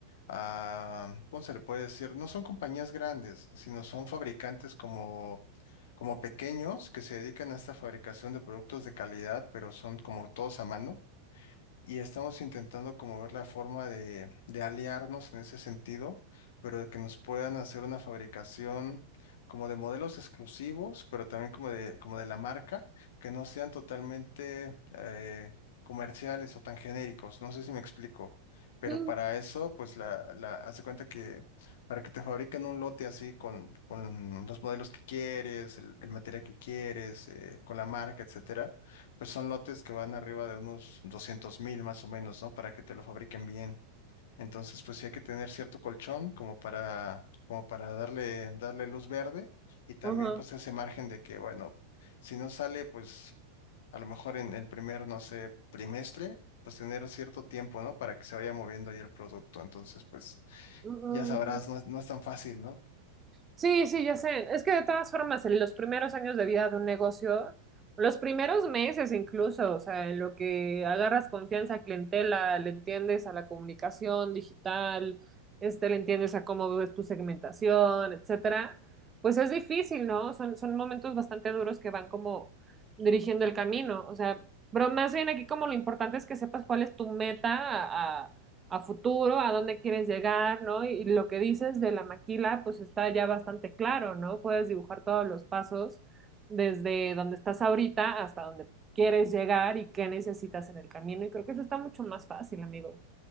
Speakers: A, on the left (about 55°); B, on the right (about 20°).
A: ah, ¿cómo se le puede decir? No son compañías grandes, sino son fabricantes como, como pequeños que se dedican a esta fabricación de productos de calidad, pero son como todos a mano y estamos intentando como ver la forma de, de aliarnos en ese sentido, pero de que nos puedan hacer una fabricación como de modelos exclusivos, pero también como de, como de la marca, que no sean totalmente eh, comerciales o tan genéricos. No sé si me explico. Pero
B: Sí.
A: para eso, pues la, la, haz de cuenta que para que te fabriquen un lote así con, con los modelos que quieres, el, el material que quieres, eh, con la marca, etcétera pues son lotes que van arriba de unos doscientos mil más o menos, ¿no? Para que te lo fabriquen bien. Entonces, pues sí hay que tener cierto colchón como para, como para darle, darle luz verde y también
B: Ajá,
A: pues ese margen de que, bueno, si no sale, pues a lo mejor en el primer, no sé, trimestre, pues tener cierto tiempo, ¿no? Para que se vaya moviendo ahí el producto. Entonces, pues
B: ajá,
A: ya sabrás,
B: ajá.
A: no, es- no es tan fácil, ¿no?
B: Sí, sí, ya sé. Es que de todas formas, en los primeros años de vida de un negocio, los primeros meses incluso, o sea, en lo que agarras confianza a clientela, le entiendes a la comunicación digital, este, le entiendes a cómo ves tu segmentación, etcétera, pues es difícil, ¿no? Son, son momentos bastante duros que van como dirigiendo el camino, o sea, pero más bien aquí como lo importante es que sepas cuál es tu meta a, a futuro, a dónde quieres llegar, ¿no? Y, lo que dices de la maquila, pues está ya bastante claro, ¿no? Puedes dibujar todos los pasos desde donde estás ahorita hasta donde quieres llegar y qué necesitas en el camino. Y creo que eso está mucho más fácil, amigo.